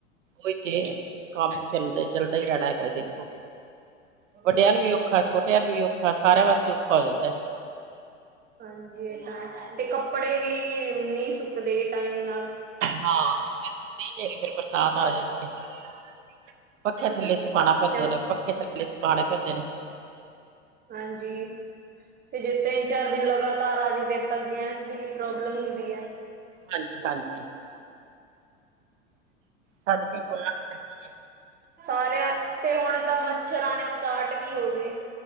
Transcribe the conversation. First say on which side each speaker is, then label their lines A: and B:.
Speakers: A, on the right (about 80°); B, on the right (about 25°).
A: ਉਹੀ ਤੇ ਕੰਮ ਤੇ ਚੱਲਦਾ-ਚੱਲਦਾ ਹੀ ਰਹਿਣਾ ਹੈਗਾ ਦੇਖੋ। ਵੱਡਿਆਂ
B: ਹਾਂਜੀ
A: ਨੂੰ ਵੀ ਔਖਾ, ਛੋਟਿਆਂ ਨੂੰ ਵੀ ਔਖਾ ਸਾਰਿਆਂ ਵਾਸਤੇ ਔਖਾ ਹੋ ਜਾਂਦਾ।
B: ਹਾਂਜੀ ਇਹ ਤਾਂ ਹੈ ਤੇ ਕੱਪੜੇ ਵੀ ਨਈ ਸੁੱਕਦੇ ਟਾਈਮ ਨਾਲ।
A: ਹਾਂ ਕੱਪੜੇ ਸੁੱਕਦੇ ਹੀ ਨੀ ਹੈ ਫੇਰ ਬਰਸਾਤ ਆ <unintelligible> ਪੱਖੇ
B: ਹਾਂਜੀ
A: ਥੱਲੇ ਸੁਕਾਉਣਾ ਪੈਂਦੇ
B: ਤੇ ਉਹ
A: ਨੇ, ਪੱਖੇ ਥੱਲੇ ਸੁਕਾਉਣੇ ਪੈਂਦੇ ਨੇ।
B: ਹਾਂਜੀ ਤੇ ਜੇ ਤਿੰਨ ਚਾਰ ਦਿਨ ਲਗਾਤਾਰ ਆ ਜਾਵੇ ਫਿਰ ਤ ਗੈਸ ਦੀ ਵੀ ਪ੍ਰੋਬਲਮ ਹੁੰਦੀ ਏ।
A: ਹਾਂਜੀ-ਹਾਂਜੀ ਸਾਡੇ ਤੇ ਏ।
B: ਸਾਰਿਆਂ ਤੇ ਹੁਣ ਤਾਂ ਮੱਛਰ ਆਣੇ ਸਟਾਰਟ ਵੀ ਹੋ ਗਏ।